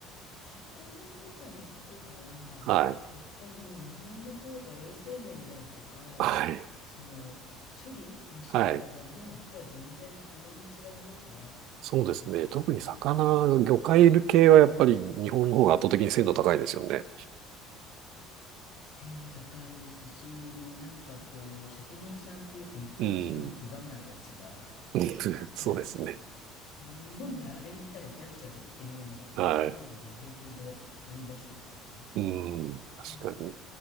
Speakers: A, on the left (about 65°); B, on the right (about 65°).
A: 魚とか肉とかはやっぱり日本の方が衛生面であるとかその処理の仕方がもうやっぱり全然格段に違いますね。
B: はい。はい。はい。そうですね。特に魚、魚介系はやっぱり日本の方が圧倒的に鮮度高いですよね。
A: うん、鮮度高いですしもうなんかこう職人さんというか売ってる人の気構えが違う。
B: うん。
A: <laughs>
B: うん <laughs> そうですね。
A: はい、もう日本であれ売ったら怒られちゃうぞっていうようなのをロンドンでは平気で当に出してますね。
B: はい。うん。
A: うん
B: 確かに。